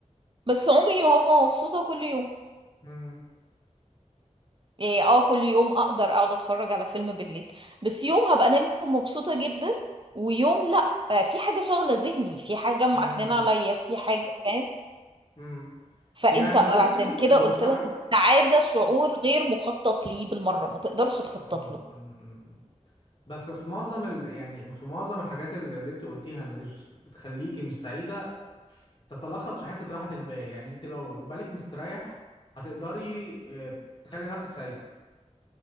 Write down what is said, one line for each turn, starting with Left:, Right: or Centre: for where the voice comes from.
Right: بس عمري ما هبقى مبسوطة كل يوم
Left: امم
Right: يعني اه كل يوم أقدر أقعد أتفرج على فيلم بالليل بس يوم هبقى نايمة مبسوطة جدا ويوم لا آه، في حاجة شاغلة ذهني في حاجة معكنانة
Left: امم
Right: عليا في حاجة فاهم
Left: امم
Right: فانت
Left: يعني
Right: عشان
Left: بصي
Right: كده
Left: المشترك
Right: قلت لك السعادة شعور غير مخطط ليه بالمرة ما تقدرش تخطط
Left: مم،
Right: له
Left: مم، مم. بس في معظم ال... يعني في معظم الحاجات اللي اللي انت قلتيها اللي بش... بتخليكي مش سعيدة تتلخص في حتة راحة البال يعني انت لو بالك مستريح هتقدري آه، تخلي نفسك سعيدة